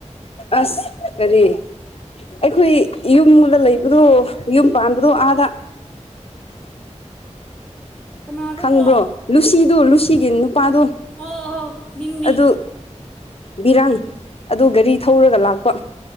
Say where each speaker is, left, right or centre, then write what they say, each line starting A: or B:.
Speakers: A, on the left; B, on the left.
A: ꯑꯁ ꯀꯔꯤ ꯑꯩꯈꯣꯏ ꯌꯨꯝꯗ ꯂꯩꯕꯗꯣ ꯌꯨꯝ ꯄꯥꯟꯕꯗꯣ ꯑꯥꯗ
B: ꯀꯅꯥꯔꯣꯀꯣ
A: ꯈꯪꯕ꯭ꯔꯣ
B: ꯑꯣ
A: ꯂꯨꯁꯤ ꯂꯨꯁꯤꯒꯤ ꯅꯨꯄꯥꯗꯣ
B: ꯑꯣ ꯑꯣ ꯃꯤꯡ ꯃꯤꯡ
A: ꯑꯗꯨ ꯕꯤꯔꯥꯡ ꯑꯗꯨ ꯒꯥꯔꯤ ꯊꯧꯔꯒ ꯂꯥꯛꯄ